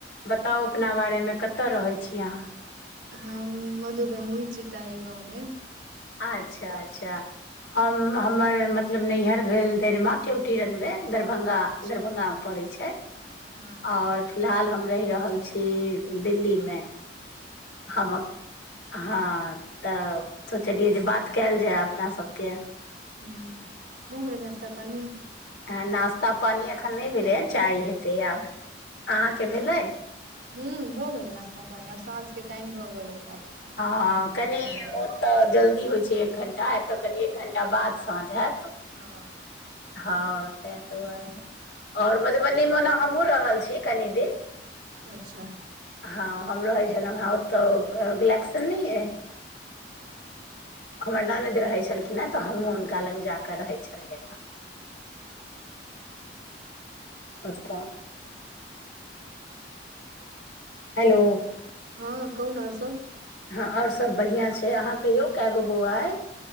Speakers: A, on the left (about 70°); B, on the right (about 70°).
A: बताउ अपना बारेमे कते रहै छी अहाँ
B: हम मधुबनी चिताई गाँवमे
A: अच्छा अच्छा हम हमर मतलब नैहर भेल धरिमा केयोटी रनबे दरभंगा
B: अच्छा
A: दरभंगामे पड़ैत छै
B: हँ
A: आओर फिलहाल हम रहि रहल छी दिल्लीमे हम हँ तऽ सोचलियै जे बात कायैल जाय अपना सबके
B: ह भौगेले नास्ता पानी
A: हाँ नास्ता पानी एखन नहि भेलैए चाय हेतै आब अहाँके भेलै
B: हू भऽ गेलै नास्ता पानि आब साँझके टाइम भऽ गेलै आब खाना
A: हाँ
B: बनबैके
A: कनि
B: भऽ गेलै
A: ओतऽ तऽ जल्दी होइ छै एक घंटा तऽ कनी एक घंटा बाद साँझ हाऽत
B: हँ
A: हँ तैहि दुआरे आओर मधुबनीमे ने हमहुँ रहल छी कनि दिन
B: अच्छा
A: हँ हम रहै छलहुँ हे ओतऽ ग बलेक्सन नहि अइ हमर ननैद रहै छलखिन हँ तऽ हमहुँ हुनका लग जाके रहे छलियनि हे अच्छा हेलो
B: हँ कहु नऽ आओर सब
A: हँ आओर सभ बढ़िआँ छै अहाँ कहियौ कए गो बौआइ